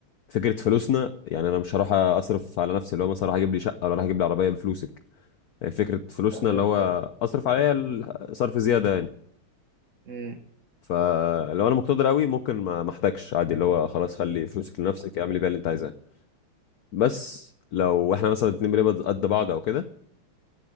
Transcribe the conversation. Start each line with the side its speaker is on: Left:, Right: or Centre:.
Left: فكره فلوسنا يعني انا مش هروح اصرف على نفسي اللي هو مثلا راح اجيب لي شقه ولا راح اجيب لي عربيه بفلوسك يعني فكره فلوسنا
Right: ايوه
Left: اللي هو
Right: فاهم
Left: اصرف عليا ال- صرف زياده يعني
Right: امم
Left: فلو انا مقتدر قوي ممكن ما ما احتاجش عادي اللي هو خلاص خلي فلوسك لنفسك اعملي بيها اللي انت عايزاه بس لو احنا مثلا اتنين بنقبض قد بعض او كده